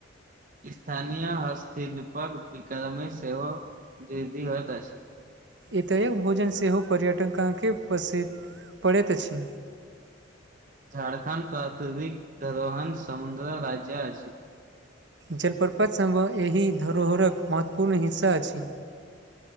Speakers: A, on the right; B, on the right.
A: स्थानीय हस्तिलिपक विक्रम सेहो द दी घ तऽसी
B: एत एक भोजन सेहो पर्यटक काँ के प्रस पड़ैत अछि
A: झाड़खण्ड प्राकृतिक धरोहन समुद्र राज्य अछि
B: जलप्रपतसभह एहि धरोहरक महत्वपूर्ण हिस्सा अछि